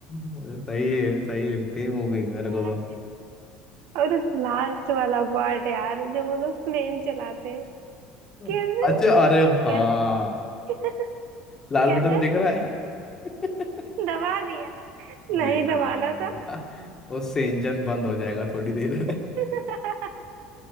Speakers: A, on the left; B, on the right.
A: मुझे सही है सही लगती है मूवी मेरे
B: है।"
A: को
B: और लास्ट वाला पार्ट यार जब वो लोग प्लेन चलाते हैं
A: तो
B: कहते
A: अच्छा अरे हाँ
B: कहते <laughs>
A: लाल
B: कहता
A: बटन
B: है
A: दिख रहा है <laughs>
B: दबा दिया नहीं
A: नहीं दबाना
B: दबाना था
A: था वो से इंजन बंद हो जाएगा थोड़ी देर में
B: <laughs>